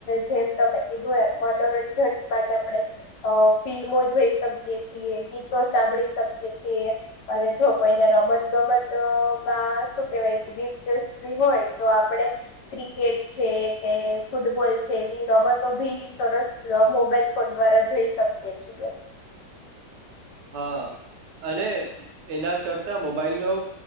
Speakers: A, on the left; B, on the right.
A: જેમ તમે કીધું એ મનોરંજન માટે આપણે અ ફિલ્મો જોઈ શકીએ છીએ. ગીતો સાંભળી શકીએ છીએ, અને જો કોઈને રમત ગમત વાસ શું કેવાય દિલચસ્પી હોય તો આપડે, ક્રિકેટ છે કે ફૂટબોલ છે. એવી રમતો ભી સરસ મોબાઈલ ફોન દ્વારા જોઈ શકીએ છીએ.
B: હા, અને એના કરતા મોબાઈલ નો